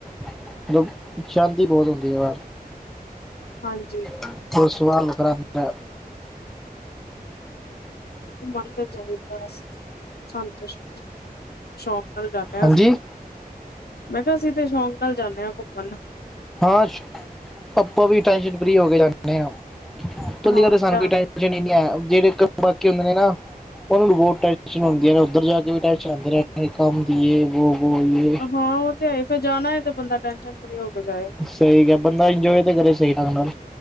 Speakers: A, in the centre; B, on the left.
A: ਮਤਲਬ ਚਾਂਦੀ ਬਹੁਤ ਹੁੰਦੀ ਹੈ ਬਾਹਰ।
B: ਹਾਂਜੀ
A: ਤੇ ਸਵਾਲ <unintelligible> ਦੀ ਐ।
B: ਘੁੰਮਣ ਤੇ ਜਾਈਦਾ <unintelligible> ਸਾਨ ਤੇ ਸ਼ੌਕ ਨਾਲ ਜਾਂਦੇ ਆ
A: ਹਾਂਜੀ
B: ਅਸੀ। ਮੈਂ ਕਿਹਾ ਅਸੀਂ ਤੇ ਸ਼ੌਂਕ ਨਾਲ ਜਾਂਦੇ ਹਾਂ ਘੁੰਮਣ।
A: ਹਾਂਸ਼ ਆਪਾਂ ਵੀ ਟੈਸ਼ਨ ਫਰੀ ਹੋ ਕੇ ਜਾਂਦੇ ਆ, ਤੁਸੀ
B: ਹਾਂ
A: ਕਰਦੇ ਸਾਨੂੰ
B: ਜਾ
A: ਕੋਈ ਟੈਨਸ਼ ਛਣੀ ਨੀ ਹੈ, ਜਿਹੜੇ <unintelligible> ਬਾਕੀ ਹੁੰਦੇ ਨੇ ਨਾ ਉਹਨਾਂ ਨੂੰ ਬਹੁਤ ਟੈਸ਼ਨ ਹੁੰਦੀ ਨੇ ਉੱਧਰ ਜਾ ਕੇ ਵੀ ਟੈਸ਼ਨ ਆਉਂਦੀ ਰਹਿ ਕੰਮ ਦੀਏ ਵੋ -ਵੋ ਯੇ।
B: ਹਾਂ ਉਹ ਤੇ ਹੈਏ ਫਿਰ ਜਾਣਾ ਤੇ ਬੰਦਾ ਟੈਸ਼ਨ- ਫਰੀ ਹੋਕੇ ਜਾਏ।
A: ਸਹੀ ਗੱਲ ਏ। ਬੰਦਾ ਇਜੋਏ ਤੇ ਕਰੇ ਸਹੀ ਢੰਗ ਨਾਲ।